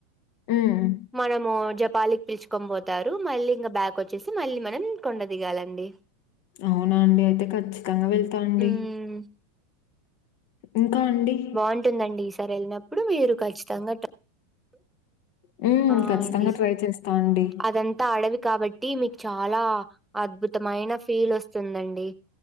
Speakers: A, on the left; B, in the centre.
A: ఉమ్.
B: మనము జపాలికి పిల్చుకొంబోతారు మళ్ళీ ఇంగ బ్యాక్ వచ్చేసి మళ్ళీ మనం. కొండ దిగాలండి.
A: అవునా అండి అయితే ఖచ్చితంగా వెళ్తా అండి.
B: హ్మ్.
A: ఇంకా అండి.
B: బాగుంటుందండి ఈసారి వెళ్ళినప్పుడు మీరు చ్చితంగా ట.
A: హ్మ్.
B: ఆ
A: ఖచ్చితంగా
B: అండి
A: ట్రై చేస్తా అండి.
B: అదంతా అడవి కాబట్టి మీకు చాలా. అద్భుతమైన ఫీల్ ఓస్తుందండి